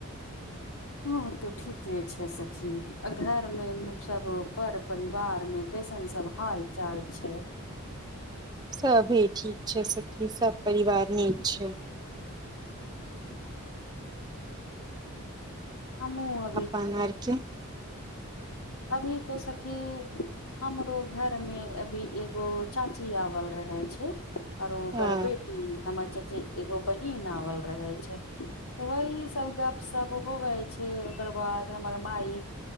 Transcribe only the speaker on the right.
सभी ठीक छै सखी सब परिवार नीक छै
अपन ओर के
ह